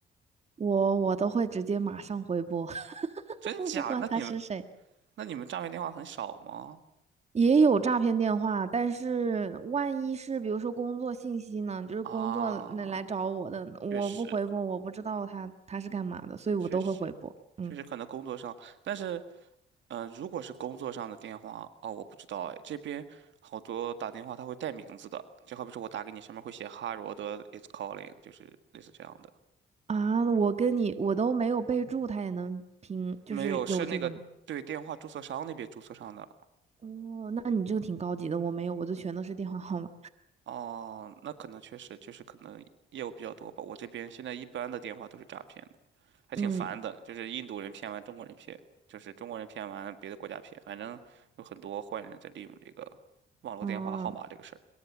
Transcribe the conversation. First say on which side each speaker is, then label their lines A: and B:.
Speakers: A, on the right; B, on the right.
A: 我我都会直接马上回拨，<laughs>
B: 真假？
A: 我不管他是谁。
B: 那你们那你们诈骗电话很少吗？
A: 也有诈骗电话，但是万一是比如说工作信息呢，就是工作那来找我的，
B: 啊，
A: 我不回拨，
B: 确实，
A: 我不知道他他是干嘛的，所以我都会回拨。
B: 确实，
A: 嗯
B: 确实可能工作上，但是，嗯、如果是工作上的电话，哦，我不知道哎，这边好多打电话他会带名字的，就好比说我打给你，上面会写哈罗德 is calling，就是类似这样的。
A: 啊，我跟你我都没有备注，他也能拼，就是有这个吗？
B: 没有，是那个对电话注册商那边注册上的。
A: 哦，那你这个挺高级的，我没有，我就全都是电话号码。
B: 哦，那可能确实就是可能业务比较多吧。我这边现在一般的电话都是诈骗还挺烦的，
A: 嗯
B: 就是印度人骗完中国人骗，就是中国人骗完别的国家骗，反正有很多坏人在利用这个网络电话号码这个事儿。
A: 嗯，